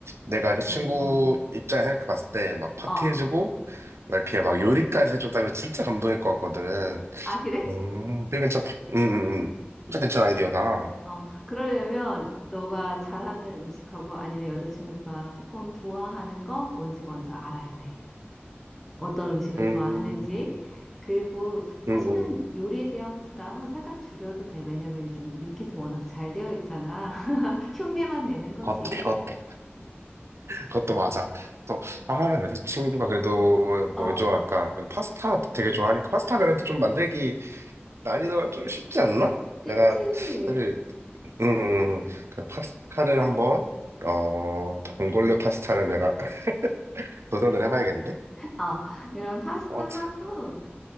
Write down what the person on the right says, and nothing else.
내가 여자친구
입장에 생각해 봤을 때, 막 파티해주고,
막 이렇게 막 요리까지 해줬다면 진짜 감동일 것 같거든.
음, 되게 괜찮다. 음, 음, 음. 진짜 괜찮은 아이디어다.
음,
음, 음.
그것도, 그것도, 그것도 맞아. 또, 아, 여자친구가 그래도
뭘 좋아할까? 그래도 파스타 되게 좋아하니까 파스타 그래도 좀 만들기 난이도가 좀 쉽지 않나?
내가 사실 음, 그 파스타를 한번, 어, 봉골레 파스타를 내가 <laughs> 도전을 해봐야겠는데?
어,
참.